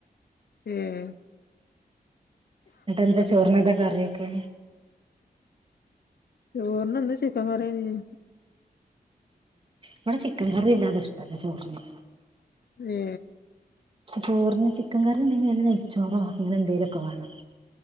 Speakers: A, on the left (about 80°); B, on the right (about 35°).
A: ഏ...
B: ന്നിട്ടെന്താ ചോറിനന്താ കറിയൊക്കെ
A: ചോർന് ന്ന് ചിക്കൻ കറ്യേനി
B: ബടെ ചിക്കൻ കറി അല്ലാതെ ഇഷ്ടല്ല ചോർന്
A: ഏ...
B: ചോർന് ചിക്കൻ കറി ണ്ടെങ്കി നല്ല നെയ്ച്ചോറോ അങ്ങനെന്തേലുഒക്കെ വാണം